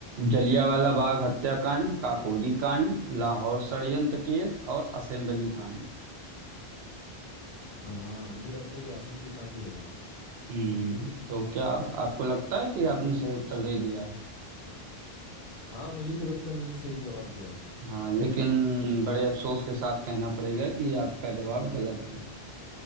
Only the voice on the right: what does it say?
जलियांवाला बाग हत्याकांड काकोरी कांड लाहौर षड्यंत्र केस और असेंबली कांड
हम्म तो क्या आप, आपको लगता है कि आपने सही उत्तर दे दिया है
हाँ लेकिन बड़े अफसोस के साथ कहना पड़ेगा कि आपका जवाब गलत है